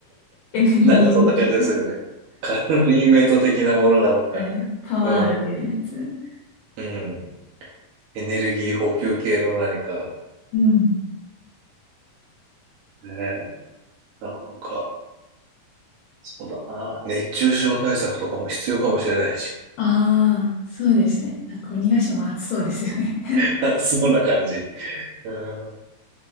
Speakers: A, on the left (about 75°); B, on the right (about 85°).
A: エネルギー補給。
B: なんかそんな感じでするよね。カロリーメイト的なものなのか。
A: はい。パワーが出るやつ。
B: うんうん。エネルギー補給系の何か。
A: うん。
B: ねなんか、そうだな。熱中症対策とかも必要かもしれないし。
A: ああ、そうですね。なんか鬼ヶ島暑そうですよね。
B: <laughs> 暑そうな感じ。うん。